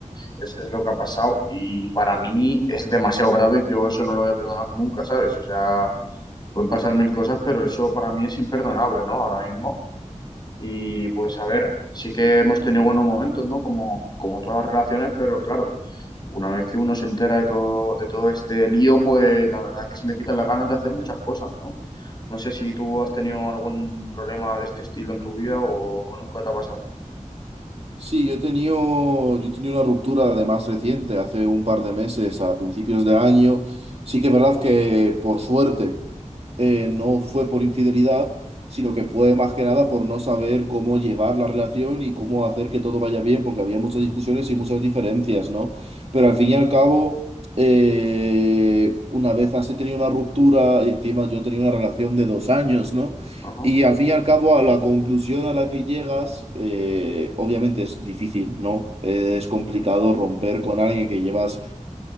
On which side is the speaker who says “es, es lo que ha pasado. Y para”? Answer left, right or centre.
Left